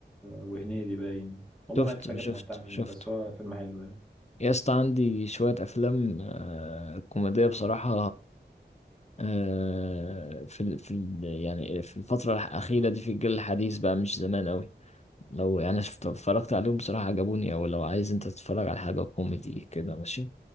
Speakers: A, in the centre; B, on the left.
A: وهنيدي باين والله
B: شفته
A: ما عدت فاكر
B: شفته
A: ما بتاع مين
B: شفته
A: بس هو فيلم حلو يعني
B: يا اسطى عندي شوية أفلام آه، كوميدية بصراحة آه، في ال- في ال- يعني في الفترة الأخيرة دي في الجيل الحديث بقى مش زمان أوي لو يعني شفت اتفرجت عليهم بصراحة عجبوني أو لو عايز أنت تتفرج على حاجة كوميدي كده ماشي